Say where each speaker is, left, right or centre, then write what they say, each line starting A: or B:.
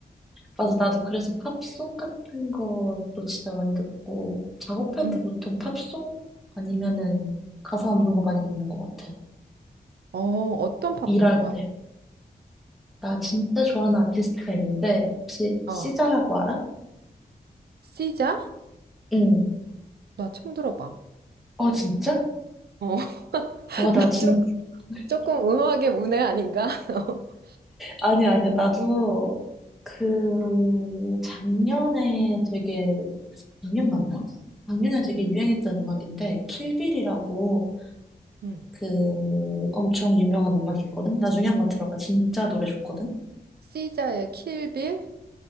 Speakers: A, in the centre; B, on the right.
A: 맞아, 나도 그래서 팝송 같은 것도 진짜 많이 듣고, 작업할
B: 음.
A: 때 보통 팝송? 아니면은 가사 없는 거 많이 듣는 것 같아.
B: 어, 어떤 팝송
A: 일할
B: 좋아?
A: 때. 나 진짜 좋아하는 아티스트가 있는데, 혹시
B: 어,
A: 시자라고 알아?
B: 시자?
A: 응.
B: 나 처음 들어봐.
A: 어, 진짜?
B: 어, <laughs>
A: 와, 나
B: 나
A: 진, <laughs>
B: 조금 음악의 문외 아닌가? <laughs>
A: 아니, 야 아니야, 아니야. 나도 그, 작년에 되게, 작년 맞나? 작년에 되게 유행했던 음악인데, 킬빌이라고
B: 응.
A: 그 엄청 유명한 음악이 있거든? 나중에 한번 들어봐. 진짜 노래 좋거든?
B: 시자의 킬빌?